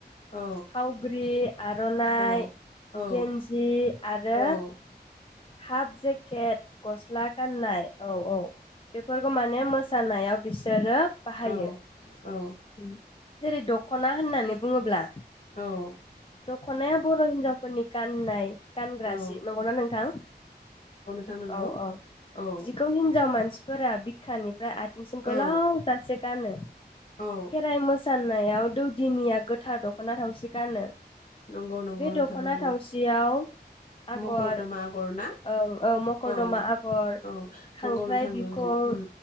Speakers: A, on the left; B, on the left.
A: औ
B: फावग्रि आर'नाइ
A: औ औ
B: गेन्जि आरो
A: औ
B: हा जे केत गस्ला गाननाय औ औ बेफोरखौ माने मो मोसानायाव बिसोरो बाहायो
A: औ औ
B: । जेरै दख'ना होननानै बुङोब्ला
A: औ
B: खनाया बर' हिनजावफोरनि गाननाय गानग्रा
A: औ
B: जि नंगौना नोंथां?
A: थां नंगौ
B: औ औ
A: औ
B: जिखौ हिनजाव मानसिफोरा बिखानिफ्राय आ थिंसिम गोलाव
A: औ
B: जासे गानो
A: औ
B: खेराइ मोसा नायाव दौ दिनिया गोथार दख'ना थावसि गानो
A: नंगौ नंगौ
B: बे
A: नोंथां
B: दख'ना
A: नंगौ
B: थावसियाव आगर
A: मकरदमा आगर ना
B: ओं औ मखरदमा
A: औ
B: आगर
A: औ
B: खांख्राइ
A: नंगौ नों
B: बिखं
A: नंगौ उम